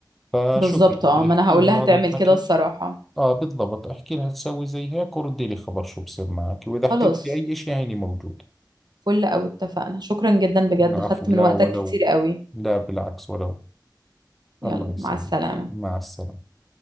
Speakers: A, in the centre; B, on the right.
A: فشوفي
B: بالظبط
A: أنت
B: اه
A: احكي
B: ما انا هقول
A: لها
B: لها تعمل
A: هذا الحكي
B: كده الصراحه
A: آه بالضبط احكي لها تسوي زي هيك وردي لي خبر شو بصير معك وإذا احتجتي
B: خلاص
A: أي شيء هيني موجود
B: فل قوي اتفقنا شكرا جدا بجد
A: العفو
B: خدت
A: لا
B: من وقتك
A: ولو
B: كتير قوي
A: لا بالعكس ولو
B: يلا
A: الله يسعدك
B: مع السلامة
A: مع السلامة